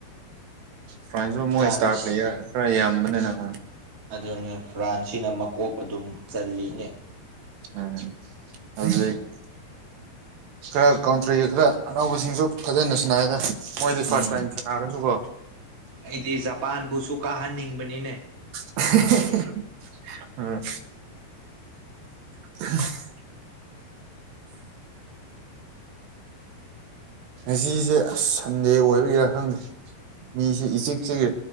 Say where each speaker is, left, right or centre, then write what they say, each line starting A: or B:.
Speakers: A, on the right (about 75°); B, on the right (about 25°).
A: ꯐ꯭ꯔꯥꯟꯖꯨ
B: ꯐ꯭ꯔꯥꯟꯁ
A: ꯃꯣꯏ ꯏꯁꯇꯥꯔ ꯄ꯭ꯂꯦꯌꯔ ꯈꯔ ꯌꯥꯝꯕꯅꯦꯅ ꯍꯣꯏ
B: ꯑꯗꯨꯅꯦ ꯐ꯭ꯔꯥꯟꯁꯤꯅ ꯃꯀꯣꯛ ꯑꯗꯨꯝ ꯆꯜꯂꯤꯅꯦ
A: ꯑꯥ ꯍꯧꯖꯤꯛ ꯈꯔ ꯀꯥꯎꯟꯇ꯭ꯔꯤꯒ ꯈꯔ ꯑꯅꯧꯕꯁꯤꯡꯁꯨ ꯐꯖꯅ ꯁꯅꯥꯏꯌ‌ꯦꯗ ꯃꯣꯏꯗꯤ
B: ꯎꯝ
A: ꯐꯥꯔꯁ ꯇꯥꯏꯝ ꯁꯥꯅꯔꯁꯨ ꯀꯣ
B: ꯑꯩꯗꯤ ꯖꯄꯥꯟꯕꯨꯁꯨ ꯀꯥꯍꯟꯅꯤꯡꯕꯅꯤꯅꯦ
A: <unintelligible> ꯑ <unintelligible> ꯉꯁꯤꯁꯦ ꯑꯁ ꯁꯟꯗꯦ ꯑꯣꯏꯕꯒꯤꯔꯥ ꯈꯪꯗꯦ ꯃꯤꯁ‌ꯦ ꯏꯆꯤꯛ ꯆꯤꯑꯦ